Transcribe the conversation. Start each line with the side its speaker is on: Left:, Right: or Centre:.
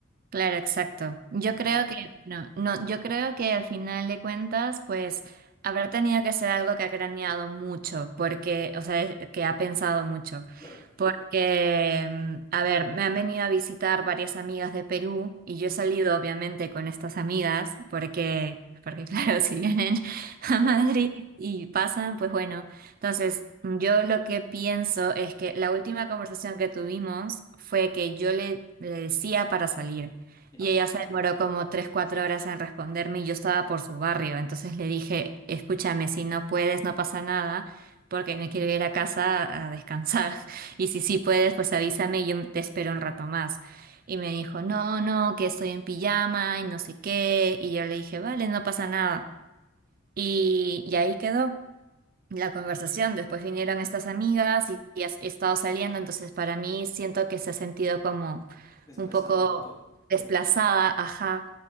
Right: Claro, exacto. Yo
Left: Ajá,
Right: creo que, no, no, yo creo que al final de cuentas, pues habrá tenido que ser algo que ha craneado mucho, porque, o sea, es- que ha pensado mucho.
Left: claro,
Right: Porque, mm, a ver, me han venido a visitar varias amigas de Perú y yo he salido obviamente con estas amigas, porque, porque <laughs> claro, si vienen a
Left: claro,
Right: Madrid y pasan, pues bueno. Entonces, yo lo que pienso es que la última conversación que tuvimos fue que yo le, le decía para salir.
Left: ya,
Right: Y ella se demoró como tres, cuatro horas en responderme y yo estaba por su barrio. Entonces le dije, escúchame, si no puedes, no pasa nada, porque me quiero ir a casa a descansar. <laughs> Y si sí puedes, pues avísame y yo te espero un rato más. Y me dijo, no, no, que estoy en pijama y no sé qué. Y yo le dije, vale, no pasa nada. Y, y ahí quedó la conversación. Después vinieron estas amigas y, y has- he estado saliendo, entonces para mí siento que se ha sentido como
Left: desplazado
Right: un poco
Left: un poco.
Right: desplazada, ajá,